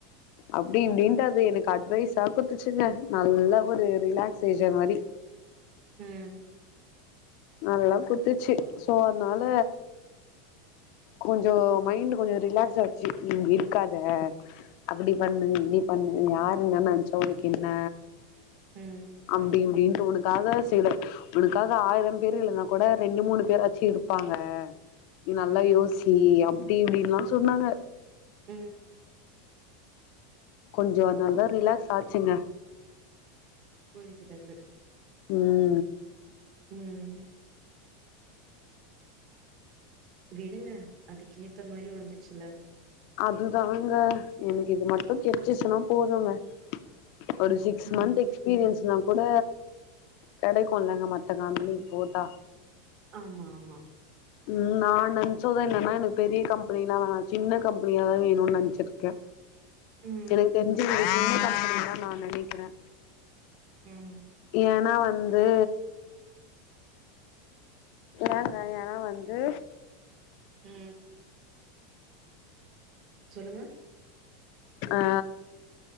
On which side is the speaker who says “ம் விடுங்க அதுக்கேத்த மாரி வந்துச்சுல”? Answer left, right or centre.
Right